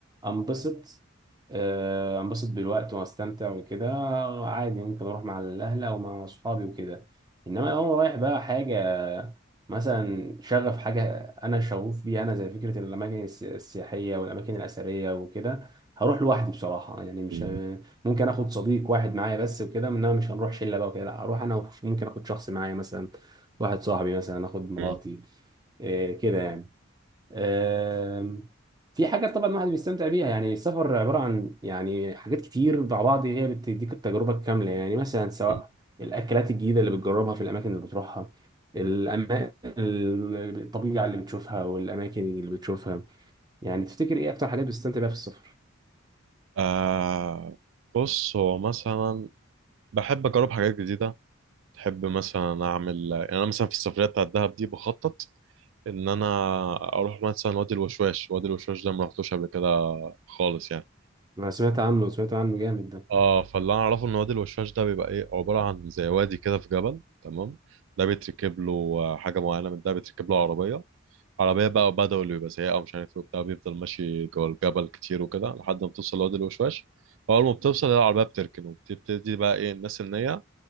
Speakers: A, on the right (about 20°); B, on the right (about 65°).
A: انبسط آه، انبسط بالوقت واستمتع وكده عادي ممكن اروح مع الاهل او مع اصحابي وكده انما لو انا رايح بقى حاجه مثلا شغف حاجه انا شغوف بيها انا زي فكره الاماكن السي- السياحيه والاماكن الاثريه وكده هروح لوحدي بصراحه يعني مش
B: مم.
A: ممكن اخد صديق واحد معايا بس وكده انما مش هنروح شله بقى وكده لا اروح انا وش- ممكن اخد شخص معايا مثلا واحد صاحبي مثلا اخد مراتي
B: مم.
A: إيه كده يعني آم، في حاجات طبعا الواحد بيستمتع بيها يعني السفر عباره عن يعني حاجات كتير مع بعض هي بتديك التجربه الكامله يعني مثلا سواء
B: مم.
A: الاكلات الجديده اللي بتجربها في الاماكن اللي بتروحها الأما... ال- الطبيعه اللي بتشوفها والاماكن اللي بتشوفها يعني تفتكر ايه اكتر حاجات بتستمتع بيها في السفر
B: آه بص هو مثلا بحب اجرب حاجات جديده بحب مثلا اعمل يعني انا مثلا في السفريه بتاعت دهب دي بخطط ان انا اروح مثلا وادي الوشواش وادي الوشواش ده ما رحتوش قبل كده خالص يعني
A: انا سمعت عنه سمعت عنه جامد ده
B: اه فاللي انا اعرفه ان وادي الوشواش ده بيبقى ايه عباره عن زي وادي كده في جبل تمام ده بيتركب له آه، حاجه معينه من ده بيتركب له عربيه عربية بقى وبدوي ويبقى سيئة ومش عارف ايه وبتاع بيفضل ماشي جوه الجبل كتير وكده لحد ما توصل لوادي الوشواش فأول ما بتوصل العربية بتركن وبتبتدي بقى ايه الناس إن هي